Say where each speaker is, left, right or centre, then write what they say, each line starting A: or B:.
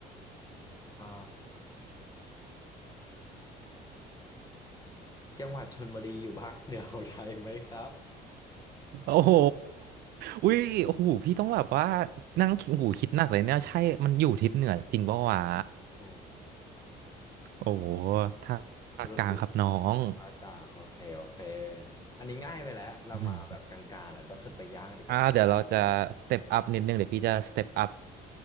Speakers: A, on the left; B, on the right.
A: อ่าจังหวัดชลบุรีอยู่ภาคเหนือของไทยไหมครับ
B: โอ้โหอุ้ยโอ้โหพี่ต้องแบบว่านั่งคิดโอ้โหคิดหนักเลยเนี่ยใช่มันอยู่ทิศเหนือจริงปะวะ
A: โอ้
B: โอ้โหถ้า
A: สรุปอยู่
B: กลางครับน้อง
A: ภาคกลางโอเคโอเค อันนี้ง่ายไปแล้วเรามาแบบกลางๆแล้วก็ขึ้นไปยากดีกว่า
B: อืมอ่าเดี๋ยวเราจะสเต็ปอัพนิดนึงเดี๋ยวพี่จะสเต็ปอัพ